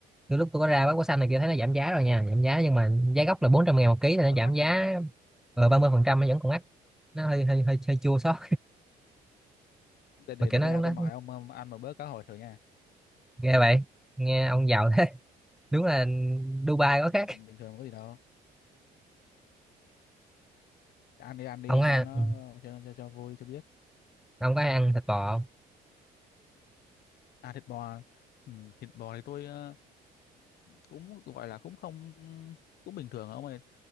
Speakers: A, in the centre; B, on the left.
A: từ lúc tôi có ra bán quả xanh này kia thấy nó giảm giá rồi nha giảm giá nhưng mà giá gốc là 400 ngàn một ký thì
B: bắt
A: nó giảm
B: mắt
A: giá
B: hả
A: ờ, ba mươi phần trăm nó vẫn còn mắc nó hơi hơi hơi hơi chua xót <laughs>
B: để để
A: mà kiểu
B: để
A: nó
B: khi nào
A: nó
B: tôi mời ông, ông ăn một bữa cá hồi thử nha
A: ghê vậy nghe ông giàu thế <laughs> đúng là Dubai
B: bình,
A: có khác
B: bình thường có gì đâu ăn đi ăn đi
A: ông à
B: cho nó
A: ừ.
B: cho cho cho vui cho biết
A: ông có hay ăn thịt bò không
B: À thịt bò à? ừ, thịt bò thì tôi ờ, cũng gọi là cũng không cũng bình thường ông ơi